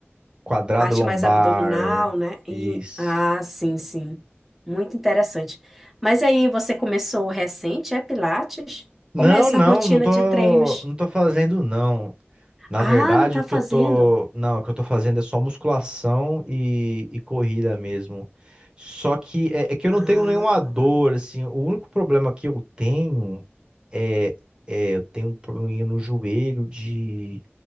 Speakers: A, on the right; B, in the centre.
A: Quadrado
B: parte
A: lombar.
B: mais abdominal, né?
A: Isso.
B: E ah, sim, sim. Muito interessante. Mas aí você começou recente, é Pilates?
A: Não,
B: Como é essa
A: não,
B: rotina
A: não tô,
B: de treinos?
A: não tô fazendo, não. Na
B: Ah,
A: verdade,
B: não tá
A: o que
B: fazendo?
A: eu tô, não, o que eu tô fazendo é só musculação e, e corrida mesmo. Só que é, é que eu
B: Ah,
A: não tenho nenhuma dor, assim. O único problema que eu tenho é, é eu tenho um probleminha no joelho de